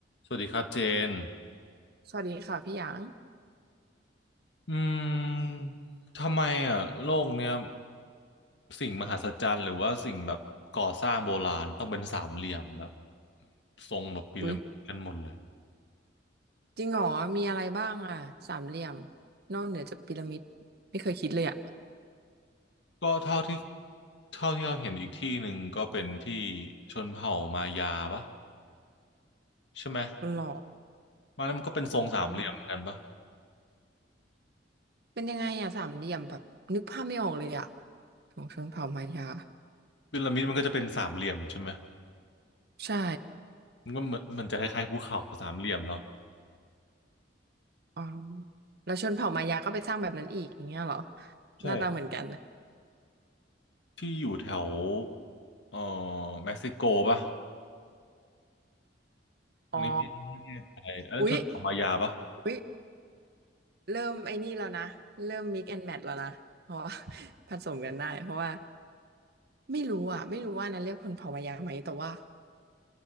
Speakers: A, on the left; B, on the right.
A: สวัสดีครับเจน
B: สวัสดีค่ะพี่หยาง
A: อืมทำไมอ่ะโลกเนี้ยสิ่งมหัศจรรย์หรือว่าสิ่งแบบก่อสร้างโบราณต้องเป็นสามเหลี่ยมแบบทรงแบบพีระมิดกันหมดเลย
B: อุ้ยจริงเหรอมีอะไรบ้างอ่ะสามเหลี่ยมนอกเหนือจากพีระมิดไม่เคยคิดเลยอ่ะ
A: ก็เท่าที่เท่าที่เราเห็นอีกที่หนึ่งก็เป็นที่ชนเผ่ามายาปะใช่ไหม
B: หรอ
A: มันนั้นมันก็เป็นทรงสามเหลี่ยมเหมือนกันปะ
B: อืมเป็นยังไงอ่ะสามเหลี่ยมแบบนึกภาพไม่ออกเลยอ่ะของชนเผ่ามายา
A: พีระมิดมันก็จะเป็นสามเหลี่ยมใช่ไหม
B: ใช่
A: มันก็เหมือนมันจะคล้ายๆภูเขาสามเหลี่ยมเนาะ
B: อ๋อแล้วชนเผ่ามายาก็ไปสร้างแบบนั้นอีกอย่างเงี้ยเหรอ
A: ใช่
B: หน้าตาเหมือนกันนะ
A: ที่อยู่แถวเอ่อเม็กซิโกปะ ตันนี้ไม่แน่ใจอันนั้นชนเผ่ามายาปะ
B: อ๋ออุ๊ยอุ๊ยเริ่มไอ้นี่แล้วนะเริ่มมิกแอนด์แมทแล้วนะเพราะว่า <laughs> ผสมกันได้เพราะว่าไม่รู้อ่ะไม่รู้ว่านั้นเรียกคนเผ่ามายาไหมแต่ว่า